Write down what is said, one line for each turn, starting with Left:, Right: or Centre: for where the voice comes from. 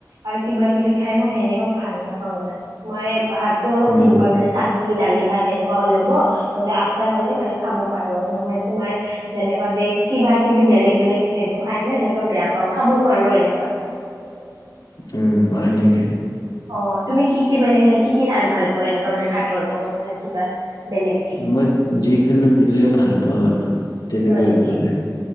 Right: আৰু কিবা কিবি খাই মই সেনেকে ভাল নাপাওঁ ইমান মই হাতটো অলপ
Left: উম
Right: চিম্পল মানে নি দালি ভাত সেনেকুৱা হলে হ'ব নহলে আচাৰ হলে মানে খাব পাৰো আৰু নহয় তোমাৰ যেনেকুৱা তে কিবা কিবি বেলেগ বেলেগ সেইযোৰ খাই ন সেনেকুৱা বেয়া পাও খাব নোৱাৰো এনেকুৱা
Left: উম হয় নেকি
Right: অ তুমি কি কি মানে কি কি খাই ভাল পোৱা এনেকুৱা মানে ভাতৰ লগত আৰু কিবা বেলেগ
Left: মই যিকোনো দিলেও ভাল পাওঁ আৰু তেনেকুৱা
Right: হয় নেকি
Left: একো নাই